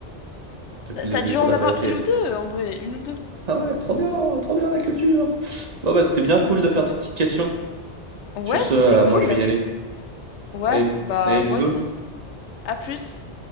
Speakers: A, on the right (about 40°); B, on the left (about 85°).
A: depuis
B: T'as t'as
A: le début,
B: dû
A: faudra
B: en avoir
A: vérifier.
B: une ou deux, en vrai, une ou deux.
A: Ah ouais, trop bien, trop bien la culture. Bon bah c'était bien cool de faire tes petites questions.
B: Ouais,
A: Sur ce,
B: c'était
A: euh,
B: cool.
A: moi je vais y aller.
B: Ouais,
A: Allez,
B: bah
A: allez, bisous.
B: moi aussi. À plus.